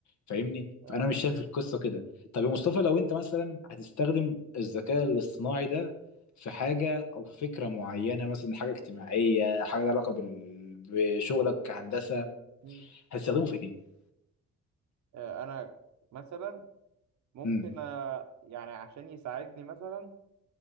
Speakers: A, on the left; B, on the right.
A: فاهمني
B: آه،
A: فانا مش شايف القصه كده طب يا مصطفى لو انت مثلا هتستخدم الذكاء الاصطناعي ده في حاجه او في فكره معينه مثلا حاجه اجتماعيه حاجه لها علاقه بال... بشغلك كهندسه
B: مم.
A: هتستخدمه في ايه
B: آه، أنا مثلا ممكن
A: امم
B: آه، يعني عشان يساعدني مثلا